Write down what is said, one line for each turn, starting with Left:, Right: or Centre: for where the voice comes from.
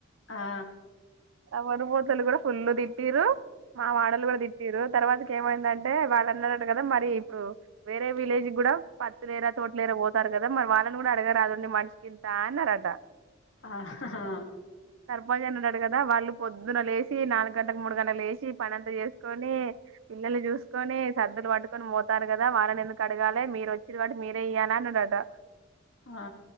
Left: ఆ
Right: ఆ వరుపోూతలు కూడా ఫుల్ తిట్టరు మా మాడలు కూడా తిట్టారు తర్వాతకి ఏమైందంటే వాళ్ళు అందరూ అంత కదా మరి ఇప్పుడు వేరే విలేజ్ కూడా పతులేరా తోటలేరా పో సరు కదా మరి వాళ్ళని కూడా అడగ రాదండి మనిషికింత అన్నార అంటా
Left: ఆహా
Right: సర్పంచ్ అన్నాడట కదా వాళ్ళు పొద్దున లేసి నాలుగు గంటలకు మూడు గంటలు లేసి పనింత చేసుకొని పిల్లల్ని చూసుకొని సర్దులు పట్టుకొని పోతారు కదా వాళ్ళని ఎందుకు అడగాలి మీరు వచ్చిన వాటి మీరే ఇయ్య అన్నాట
Left: ఆ